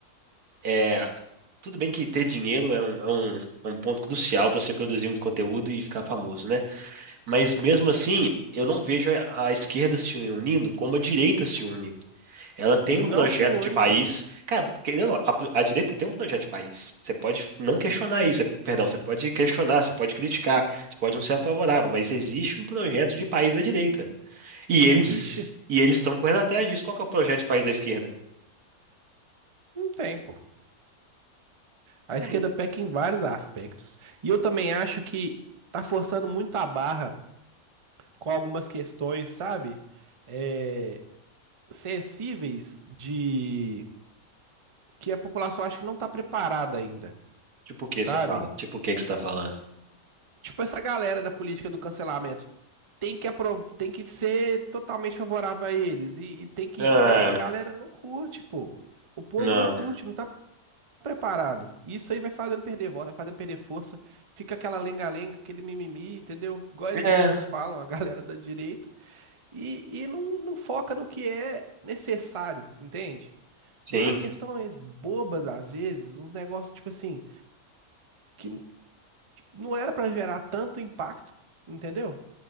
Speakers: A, on the right; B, on the right.
A: é, tudo bem que ter dinheiro é um, é um, é um ponto crucial para você produzir muito conteúdo e ficar famoso, né? Mas
B: Uhum.
A: mesmo assim, eu não vejo a a esquerda se unindo como a direita se une. Ela tem
B: Não
A: um projeto
B: se une,
A: de país.
B: pô.
A: Cara, querendo, ou não, a, a direita tem um projeto de país. Você pode não questionar isso, é, perdão, você pode questionar, você pode criticar, você pode não ser favorável, mas existe um projeto de país da direita. E eles
B: Existe?
A: e eles estão correndo atrás disso. Qual que é o projeto de país da esquerda?
B: Não tem, pô. A
A: É,
B: esquerda peca em vários aspectos. E eu também acho que tá forçando muito a barra com algumas questões, sabe? É, sensíveis de que a população acha que não tá preparada ainda,
A: tipo o que
B: sabe?
A: você fala? Tipo o que que você está falando?
B: tipo, essa galera da política do cancelamento tem que aprov... tem que ser totalmente favorável a eles. E, e tem que,
A: Ah,
B: entendeu? A galera não curte, pô. O povo
A: não.
B: não curte, não tá preparado. E Isso aí vai fazendo perder voto, vai fazendo perder força. Fica aquela lenga-lenga, aquele mimimi, entendeu? Igual eles
A: É,
B: mesmos falam, a <laughs> galera da direita. E, e não, não foca no que é necessário, entende?
A: sim,
B: Vem umas questões bobas às vezes, uns negócios tipo assim, que não era pra gerar tanto impacto, entendeu?